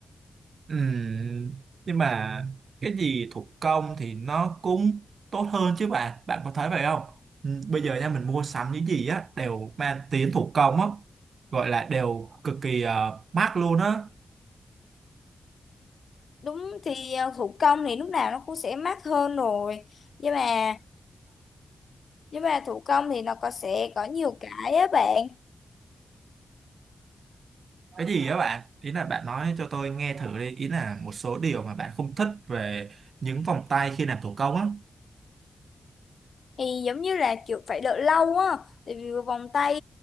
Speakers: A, on the right; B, on the left.
A: Ừm, nhưng mà cái gì thủ công thì nó cũng tốt hơn chứ bạn bạn có thấy vậy không Ừm, bây giờ nha mình mua sắm những gì á đều mang tiếng thủ công á gọi là đều cực kỳ ờ, mắc luôn á
B: Đúng thì à, thủ công thì lúc nào nó cũng sẽ mắc hơn rồi. Nhưng mà nhưng mà thủ công thì nó có sẽ có nhiều cái á bạn.
A: cái gì á bạn ý là bạn nói cho tôi nghe thử đi ý là một số điều mà bạn không thích về những vòng tay khi làm thủ công á
B: thì giống như là kiểu phải đợi lâu á tại vì vòng tay